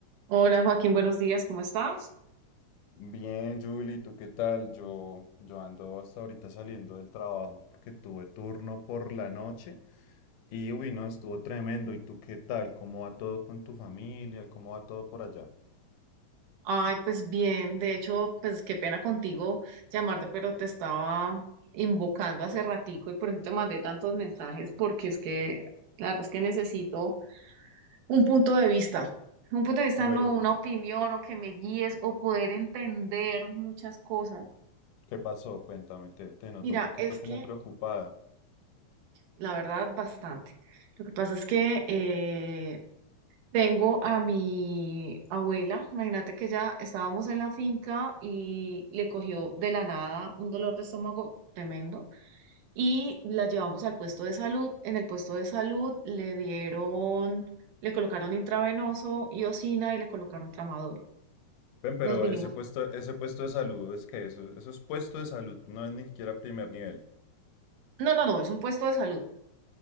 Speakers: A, on the right; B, on the left.
A: Hola Joaquín, buenos días, ¿cómo estás?
B: Bien, Julie, ¿tú qué tal? Yo, yo ando hasta ahorita saliendo del trabajo porque tuve turno por la noche y uy, no, estuvo tremendo. ¿Y tú qué tal? ¿Cómo va todo con tu familia? ¿Cómo va todo por allá?
A: Ay, pues bien, de hecho, pues qué pena contigo llamarte, pero te estaba invocando hace ratico y por eso te mandé tantos mensajes, porque es que, claro, es que necesito un punto de vista, un punto de vista,
B: Luego,
A: no una opinión o que me guíes o poder entender muchas cosas.
B: ¿qué pasó? Cuéntame, te, te noto
A: Mira,
B: un poquito
A: es
B: como
A: que
B: preocupada.
A: la verdad, bastante. Lo que pasa es que, eh, Tengo a mi abuela, imagínate que ya estábamos en la finca y le cogió de la nada un dolor de estómago tremendo y la llevamos al puesto de salud. En el puesto de salud le dieron, le colocaron intravenoso, iosina y le colocaron tramadol.
B: Ven, pero
A: Nos vinimos.
B: ese puesto, ese puesto de salud es que eso, eso es puesto de salud, no es ni siquiera primer nivel.
A: No, no, no, es un puesto de salud